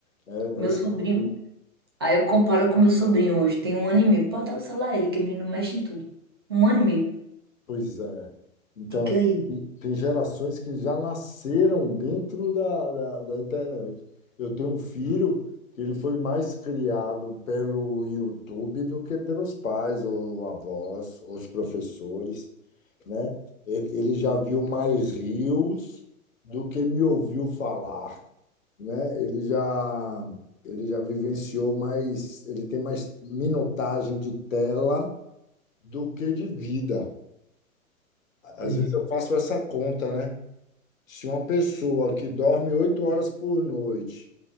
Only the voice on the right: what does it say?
Meu sobrinho.
Aí eu comparo com meu sobrinho hoje, tem um ano e meio. Pode dar o celular a ele, que o menino mexe em tudo. Um ano e meio.
Fica aí.
Pois
é.